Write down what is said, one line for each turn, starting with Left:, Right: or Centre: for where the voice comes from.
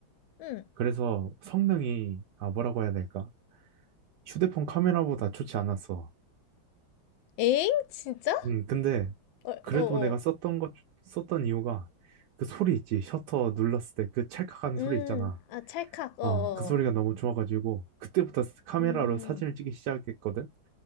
Left: 응.
Right: 그래서 성능이 아 뭐라고 해야 될까? 휴대폰 카메라보다 좋지 않았어.
Left: 에잉? 진짜?
Right: 음 근데
Left: 어,
Right: 그래도
Left: 어,
Right: 내가
Left: 어.
Right: 썼던 것 썼던 이유가 그 소리 있지 셔터 눌렀을 때 그 찰칵하는 소리
Left: 음.
Right: 있잖아.
Left: 아, 찰칵. 어,
Right: 어
Left: 어.
Right: 그 소리가 너무 좋아가지고 그때부터 카메라로
Left: 음.
Right: 사진을 찍기 시작했거든.